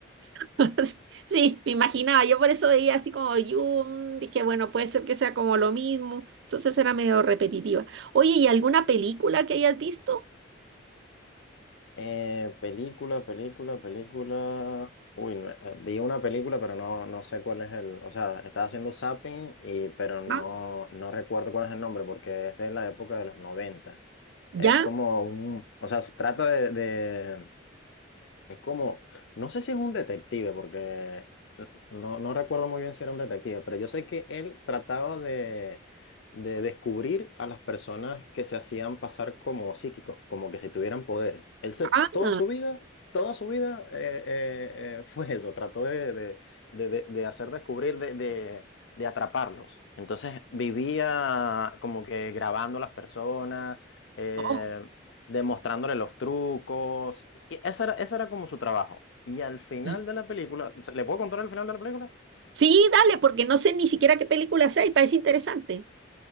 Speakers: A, on the right (about 60°); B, on the left (about 65°).
A: <laughs> Sí, me imaginaba, yo por eso veía así como Dune, dije, bueno, puede ser que sea como lo mismo, entonces era medio repetitiva. Oye, ¿y alguna película que hayas visto?
B: Eh, película, película, película. Uy, no, eh, vi una película, pero no, no sé cuál es el. O sea, estaba haciendo zapping, y, pero no,
A: Ah,
B: no recuerdo cuál es el nombre porque es de la época de los noventa
A: ¿Ya?
B: Es como un. O sea, se trata de, de es como, no sé si es un detective, porque no, no recuerdo muy bien si era un detective, pero yo sé que él trataba de, de descubrir a las personas que se hacían pasar como psíquicos, como que si tuvieran poderes. Él se-
A: Ah,
B: toda su vida, toda su vida eh, eh, eh, fue eso, trató de, de, de- de- de hacer descubrir, de, de, de atraparlos. Entonces vivía como que grabando a las personas. eh,
A: oh.
B: demostrándole los trucos. Y y ese era, ese era como su trabajo. Y al final
A: ya.
B: de la película, ¿le puedo contar el final de la película?
A: Sí, dale, porque no sé ni siquiera qué película sea y parece interesante.